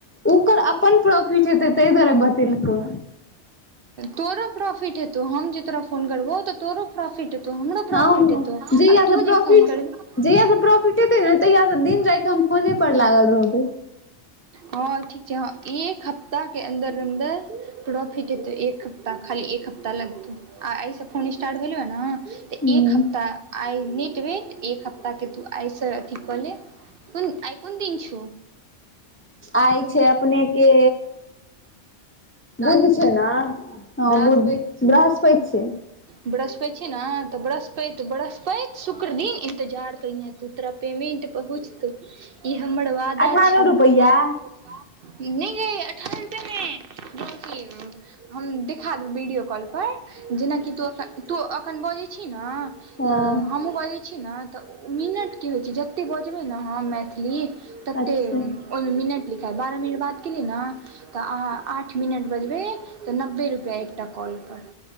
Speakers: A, on the left; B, on the right.
A: उकर अप्पन प्रोफिट हेतै तैय दुआरे बतेलको।
B: तोरो प्रोफिट हेतौ, हम जे तोरा फोन करबो त तोरो प्रोफिट, हेतौ हमरो प्रॉफिट
A: हँ हँ
B: हेतौ, आ
A: जहिया
B: तू
A: से
B: जे
A: प्रॉफिट
B: फोन करबि
A: जहिया सँ प्रॉफिट हेतै ने तहिया सँ दिन राइत हम फोने पर लागल रहबै।
B: हँ ठीक छै हँ, एक हप्ताह के अन्दर -अन्दर प्रॉफिट हेतैय एक ता खाली एक हफ्ता लगतौ, आ एहि सँ फोन स्टार्ट भेलौ या नअ।
A: ह
B: एक हप्ताह आय नेटवेट, एक हप्ताह के तु आय स ठीक क ले, कोन आय कोन दीन छो।
A: आय छै अपने के बुध छै न, हाॅ बुध, बरह्सपैत छैय।
B: बृहस्पैत छी ना, तऽ बृहस्पैत तुऽ बृहस्पति, शुक्र दिन इन्तजार करिहे तू, तोरा पेमेन्ट पहुँचतौ। ई हमर वादा
A: अठारह
B: छौ। <unintelligible>
A: रुपैआ
B: नैय गे अठारह रुपया में, ब्लाउज सिएलहूॅ। हम देखा देब वीडियो कॉल पर जेनाकि तु अखन-तु अखन बजै छी ने
A: हँ
B: त हमहुूँ बजै छी न तऽ मिनट की होय छै, जते बजबै ने हम मैथिली ततेब,
A: अच्छा
B: ओयमे मिनट लिखैत, बारह मिनट बात केलीयै न तऽ आहाँ आठ मिनट बजबै, तऽ नब्बे रुपैया एकटा कॉल पर।